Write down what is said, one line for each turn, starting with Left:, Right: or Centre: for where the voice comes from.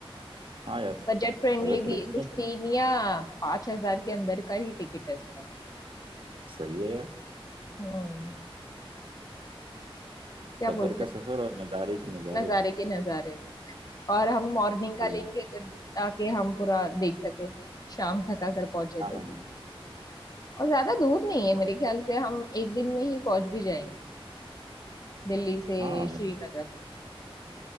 Right: हाँ यार
Left: बजट फ्रेंडली
Right: अगर ट्रेन
Left: भी है कुछ
Right: में
Left: तीन या पांच हजार के अंदर का ही टिकट है उसका
Right: सही है यार
Left: हम्म क्या
Right: सफर
Left: बोलते
Right: का सफर
Left: हैं
Right: और नज़ारे के नज़ारे
Left: नजारे के नजारे और हम मॉर्निंग
Right: तो,
Left: का लेंगे तो ताकि हम पूरा देख सके शाम तक अगर पहुंचे
Right: हाँ
Left: तो
Right: हाँ
Left: भी और ज्यादा दूर नहीं है
Right: हाँ
Left: मेरे ख्याल से हम एक दिन में ही पहुंच भी जाएंगे दिल्ली से
Right: हाँ हाँ मतलब-
Left: श्रीनगर